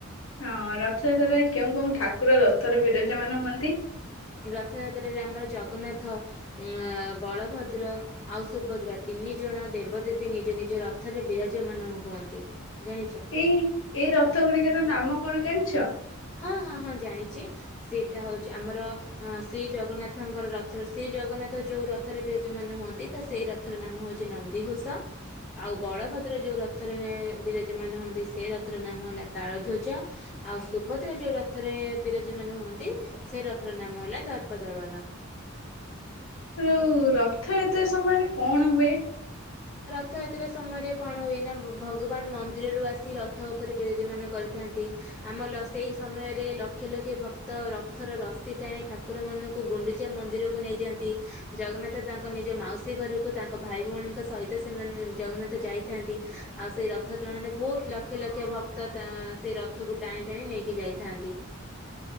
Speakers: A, on the left; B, in the centre.
A: ହଁ ରଥଯାତ୍ରାରେ କେଉଁ କେଉଁ ଠାକ ର ରଥରେ ବିରାଜ ମାନ ହୁଅନ୍ତି।
B: ରଥଯାତ୍ରରେ ଆମର ଜଗନ୍ନାଥ ଜଗନ୍ନାଥ ଉ ବଳଭଦ୍ର ଆଉ ସୁଭଦ୍ରା ତିନି ଜଣ ଦେବଦେବୀ ନିଜ ନିଜ ରଥରେ ବିରାଜମାନ ହୁଅନ୍ତି। ଜାଣିଛ
A: ଏଇ ଏଇ ରଥ ଗୁଡିକର ନାମ କଣ ଜାଣିଚ?
B: ହଁ ହଁ ହଁ ଜାଣିଚି। ସେଇଟା ହଉଚି ଆମର ଶ୍ରୀ ଜଗନ୍ନାଥଙ୍କର ରଥର ଶ୍ରୀ ଜଗନ୍ନାଥ ଯୋଉ ରଥରେ ବିରାଜ ମାନ ହୁଅନ୍ତି ତ ସେଇ ରଥର ନାମ ହଉଛି ନନ୍ଦିଘୋଷ। ଆଉ ବଳଭଦ୍ର ଯୋଉ ରଥରେ ବିରାଜ ମାନ ହୁଅନ୍ତି ସେ ରଥର ନାମ ହେଲା ତାଳ ଧ୍ୱଜ ଆଉ ସୁଭଦ୍ର ଯୋଉ ରଥରେ ବିରାଜ ମାନ ହୁଅନ୍ତି ସେଇ ରଥର ନାମ ହେଲା ଦର୍ପ ଦଳନ।
A: ରଉ ରଥଯାତ୍ରା ସମୟରେ କଣ ହୁଏ?
B: ରଥଯାତ୍ରା ସମୟରେ କଣ ହୁଏ ନା ଭ- ଭଗବାନ ମନ୍ଦିରରୁ ଆସି ରଥ ଉପରେ ବିରଜମାନ କରିଥାନ୍ତି। ଆମର ସେଇ ସମୟରେ ଲକ୍ଷ ଲକ୍ଷ ଭକ୍ତ ରଥର ରସି ଟାଣି ଠାକୁରମାନଙ୍କୁ ଗୁଣ୍ଡିଚା ମନ୍ଦିରକୁ ନେଇଯାଆନ୍ତି। ଜଗନ୍ନାଥ ତାଙ୍କ ନିଜ ମାଉସୀ ଘରକୁ ତାଙ୍କ ଭାଇ ଭଉଣୀଙ୍କ ସହିତ ସେମାନେ ଜଗନ୍ନାଥ ଯାଇଥାନ୍ତି ଆଉ ସେଇ ରଥ ତୁଳନାରେ ବହୁତ ଲକ୍ଷ ଲକ୍ଷ ଭକ୍ତ ତା ସେଇ ରଥକୁ ଟାଣି ଟାଣି ନେଇକି ଯାଇଥାନ୍ତି।